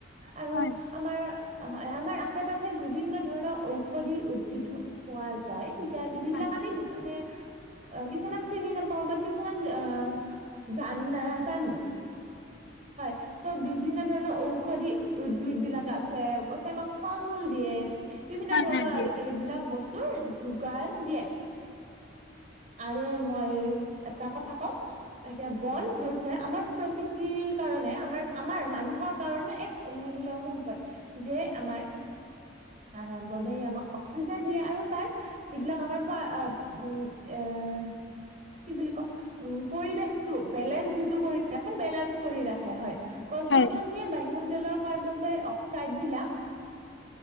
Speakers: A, on the right (about 40°); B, on the left (about 65°).
A: আৰু
B: হয়
A: আমাৰ আমাৰ আশে পাশে বিভিন্ন ধৰণৰ ঔষধি উদ্ভিদো পোৱা যায়। যায় যিবিলাক
B: হয়
A: আমি
B: হয়
A: মানে কিছুমান চিনি নাপাওঁ বা কিছুমান অ জান নাজানো, হয়। ত' বিভিন্ন ধৰণৰ ঔষধি উদ্ভিদ বিলাক আছে। গছে আমাক ফল মূল দিয়ে। বিভিন্ন
B: হয়
A: ধৰণৰ,
B: হয় দিয়ে
A: এইবিলাক বস্তুৰ যোগান দিয়ে। আৰু এ এটা কথা কওঁ এতিয়া বন হৈছে আমাৰ প্ৰকৃতিৰ কাৰণে আমাৰ, আমাৰ মানুহৰ কাৰণে এক অমূল্য সম্পদ। যিয়ে আমাৰ, আহ বনে আমাক অক্সিজেন দিয়ে, আৰু তাৰ যিবিলাক আমাৰ প্ৰায় উম, এ- কি বুলি কম, পৰিবেশটো বেলেঞ্চ যিটো কৰি ৰাখে বেলেঞ্চ কৰি ৰাখে হয়। গছ-
B: হয়
A: গছনিয়ে বায়ুমণ্ডলৰ কাৰ্বন ডাই অক্সাইড বিলাক